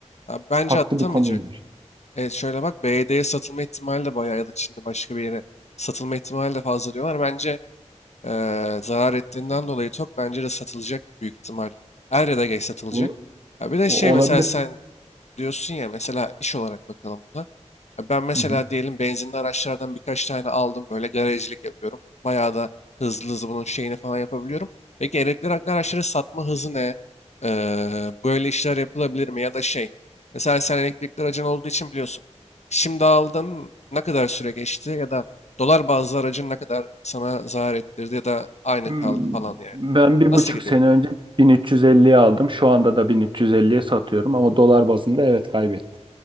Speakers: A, on the left; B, on the right.
A: Ya bence
B: farklı
A: atamayacak.
B: bir konuya gelir.
A: Evet şöyle bak B BD'ye satılma ihtimali de bayağı ya da Çin'de başka bir yere satılma ihtimali de fazla diyorlar. Bence eee, zarar ettiğinden dolayı çok bence de satılacak büyük ihtimal. Er ya da geç satılacak.
B: Ol-
A: Ya bir de
B: o-
A: şey mesela
B: olabilir.
A: sen diyorsun ya mesela iş olarak bakalım buna. Ya Ben mesela
B: Hı hı.
A: diyelim benzinli araçlardan birkaç tane aldım böyle garajcılık yapıyorum. Bayağı da hızlı hızlı bunun şeyini falan yapabiliyorum. Peki elektrikli araçları satma hızı ne? Ee, böyle işler yapılabilir mi? Ya da şey mesela sen elektrikli aracın olduğu için biliyorsun. Şimdi aldın ne kadar süre geçti ya da dolar bazlı aracın ne kadar sana zarar ettirdi ya da aynı
B: Hmm,
A: kaldı falan yani.
B: Ben bir
A: Nasıl
B: buçuk
A: gidiyor?
B: sene önce 1350'ye aldım. Şu anda da 1350'ye satıyorum ama dolar bazında evet kaybetti.